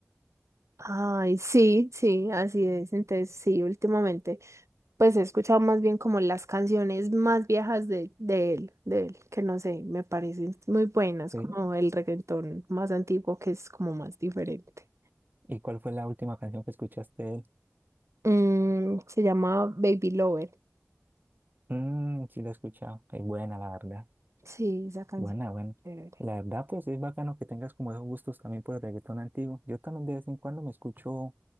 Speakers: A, on the right; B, on the right.
A: Ay, sí, sí, así es. Entonces, sí, últimamente, pues he escuchado más bien como las canciones más viejas de, de él, de él, que no sé, me parecen muy buenas,
B: ¿sí?
A: como el reggaetón más antiguo, que es como más diferente.
B: ¿Y cuál fue la última canción que escuchaste de él?
A: Mm, se llama Baby Lover.
B: Mm, sí, la he escuchado. Es buena, la verdad.
A: Sí, esa canción.
B: Buena, buena.
A: Chévere.
B: La verdad, pues es bacano que tengas como esos gustos también por el reggaetón antiguo. Yo también de vez en cuando me escucho.